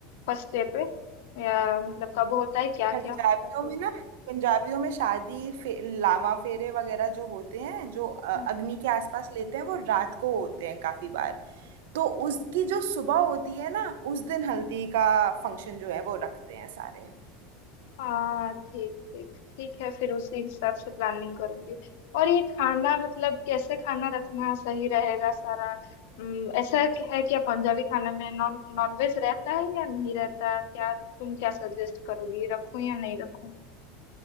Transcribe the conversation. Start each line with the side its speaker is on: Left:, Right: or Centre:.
Left: फर्स्ट डे पे या मतलब कब होता है क्या
Right: पंजाबियों
Left: क्या होता है फिर
Right: में ना पंजाबियों में शादी फे, लावा फेरे वगैरह जो होते हैं जो अ, अग्नि
Left: हाँ।
Right: के आसपास लेते हैं वो रात को होते हैं काफी बार तो उसकी जो सुबह होती है ना उस दिन हल्दी का फंक्शन जो है वो रखते हैं सारे
Left: हाँ ठीक ठीक ठीक है फिर उसी हिसाब से प्लानिंग करूंगी और ये खाना मतलब कैसे खाना रखना सही रहेगा सारा अम, ऐसा क- है क्या पंजाबी खाना में नॉन नॉन वेज रहता है या नहीं रहता क्या तुम क्या सजेस्ट करोगी रखूं या नहीं रखूं